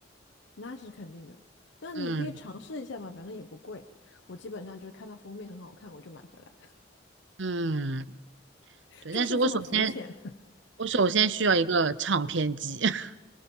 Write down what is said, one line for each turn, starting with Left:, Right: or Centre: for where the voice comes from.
Left: 那是肯定的。那你可以尝试一下嘛，
Right: 嗯
Left: 反正也不贵。我基本上就是看到封面很好看，我就买回来，
Right: 嗯，
Left: <laughs>
Right: 对，
Left: 就是这么肤浅。
Right: 但是我首先我首先需要一个唱片机。<laughs>